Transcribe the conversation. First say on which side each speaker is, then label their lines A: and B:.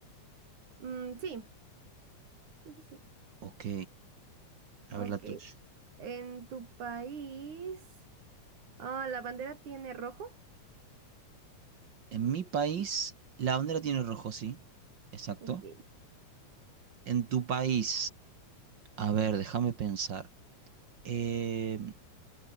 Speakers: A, on the right; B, on the right.
A: Mm, sí, sí, sí, sí.
B: Ok. A
A: Ok,
B: ver la tuya.
A: ¿en tu país ah, la bandera tiene rojo?
B: En mi país, la bandera tiene rojo, sí. Exacto.
A: Ok,
B: En tu país, a ver, déjame pensar. Eh,